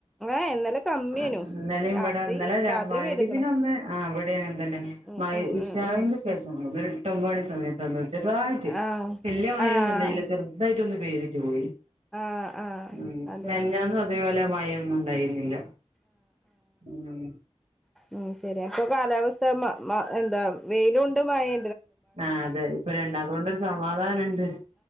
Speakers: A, in the centre; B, on the right.
A: ഏഹ് ഇന്നലെ കമ്മിയേനു
B: ആ ഇന്നലിംവ്ടെ
A: രാത്രി
B: ഇന്നലെ ര
A: രാത്രി
B: മയ്രിബിനൊന്ന്
A: പെയ്ത്ക്ക്ണ്
B: ആ ഇവിടി അങ്ങൻ തന്നേണ്.
A: ഉം
B: മയ്
A: ഉം
B: ഇഷാഇന്റെ
A: ഉം ഉം
B: ശേഷം എയ് ട്ടൊമ്പണി സമയത്തൊന്ന് ചെറുതായിട്ട്,
A: ആഹ്
B: വല്ല്യ മഴ
A: ആഹ്
B: ഒന്നു ണ്ടായില്ല, ചെറുതായിട്ടൊന്ന് പെയ്തിട്ട് പോയി.
A: ആഹ് ആഹ്
B: ഉം
A: അതെ
B: മെൻഞ്ഞാന്നും അതേപോലെ മഴയൊന്നുണ്ടായിരുന്നില്ല. ഉം
A: ഉ ശരി അപ്പൊ കാലാവസ്ഥ മ മ എന്താ വെയിലുണ്ട് മഴയി
B: ആഹ അതെ ഇപ്പൊരണ് അതോണ്ടൊരു സമാധാനണ്ട്.